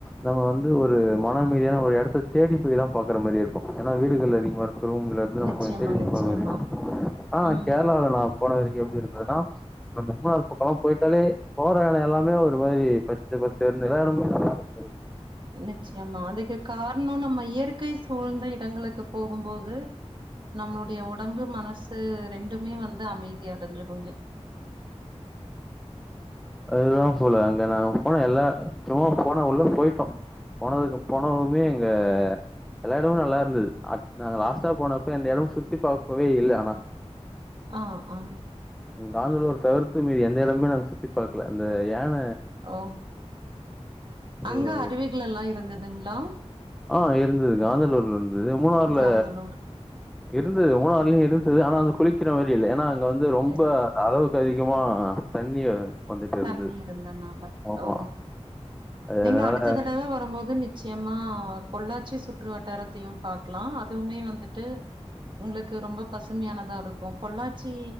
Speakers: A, in the centre; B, on the right.
A: நம்ம வந்து ஒரு மனமீதியான ஒரு இடத்த தேடி போய்தா பாக்குற மாரி இருக்கு ஏன்னா வீடுகள் அதிகமா இருக்கு ரூம்லருந்து நம்ம
B: நிச்சயமா
A: கொஞ்
B: நிச்சயமா
A: <unintelligible> ஆ
B: ம்
A: கேரளாலனா போன வரைக்கு எப்பிடி இருந்ததுன்னா அந்த மூனாறு பக்ககோலா போயிட்டாலே போற இடோ எல்லாமே ஒரு மாரி பச்சபசேர்னு எல்லாடமே நல்லாருக்கு
B: நிச்சயமா அதுக்கு காரணோ நம்ம இயற்கை சூழ்ந்த இடங்களுக்கு போகும்போது நம்மளுடைய உடம்பு மனசு ரெண்டுமே வந்து அமைதி அடைஞ்சிருஜி
A: அதுதா போல்ல அங்க நாங்க போன எல்லா சும்மா போன உள்ள போயிட்டோ போனது போனவுமே எங்க எல்லா இடமு நல்லா இருந்தது அ நாங்க லாஸ்ட்டா போனப்ப எந்த இடமும் சுத்தி பாக்கவே இல்ல ஆனா
B: ஆஆம்
A: காந்தனூர் சவர் த்து மீதி எந்த எடமே நாங்க சுத்தி பாக்கல அந்த யான
B: ஓ அங்க
A: ஒரு
B: அருவிகள்ல்லா இருந்துதுங்களா
A: ஆ இருந்தது காந்தலூர்ல இருந்தது மூனாறுல
B: காந்தலூர்
A: இருந்தது மூனாறுலயு இருந்தது ஆனா வந்து குளிக்கிற மாரி இல்ல ஏன்னா இங்க வந்து ரொம்ப
B: எல்-
A: அளவுக் அளவுக்கு அதிகமா தண்ணி வந்துட்டு
B: தண்ணி
A: இருந்தது.
B: இருந்தனால
A: ஆமா.
B: ஓ நீங்க
A: அதனால
B: அடுத்த தடவ வரும்போது நிச்சயமா ஆ பொள்ளாச்சி சுற்றுவட்டாரத்தையும் இருக்கலாம் அதுவுமே வந்துட்டு உங்களுக்கு ரொம்ப பசுமையானதா இருக்கும் பொள்ளாச்சி